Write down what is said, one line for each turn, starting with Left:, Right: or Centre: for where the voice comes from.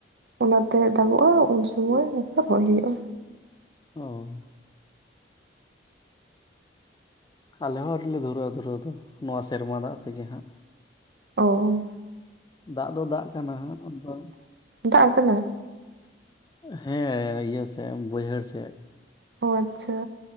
Right: ᱚᱱᱟᱛᱮ ᱫᱟᱜᱚᱜᱼᱟ ᱩᱱ ᱥᱩᱢᱚᱭ <unintelligible> ᱨᱚᱦᱚᱭ ᱦᱩᱭᱩᱜᱼᱟ᱾
Left: ᱚ ᱟᱞᱮ ᱦᱚᱸ ᱟᱹᱨᱤ ᱞᱮ ᱫᱷᱩᱨᱟᱹᱼᱟ ᱫᱷᱩᱨᱟᱹᱣ ᱫᱚ ᱱᱚᱣᱟ ᱥᱮᱨᱢᱟ ᱫᱟᱜ ᱛᱮᱜᱮ ᱦᱟᱸᱜ᱾
Right: ᱚᱳ
Left: ᱫᱟᱜ ᱫᱚ ᱫᱟᱜ ᱠᱟᱱᱟ ᱦᱟᱸᱜ ᱟᱫᱚ
Right: ᱫᱟᱜ ᱟᱠᱟᱱᱟ?
Left: ᱦᱮᱸ ᱤᱭᱟᱹ ᱥᱮᱫ ᱵᱟᱹᱭᱦᱟᱹᱲ ᱥᱮᱫ᱾
Right: ᱚ ᱟᱪᱪᱷᱟ